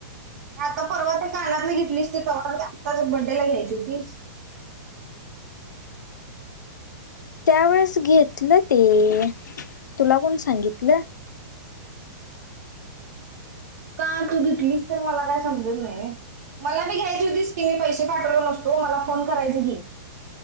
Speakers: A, on the right; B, on the left.
A: आता परवात एक कानातला घेतलीच ते तवा आताच बड्डेला घ्यायची होतीच
B: त्यावेेळेस घेतलं ते तूला कोून सांगितलं
A: ह तू घेतलीस तर मला काय समजत नाही मला मी घ्यायची होतीस की मी पैसे पाठवले नसतो मला फोन करायचे की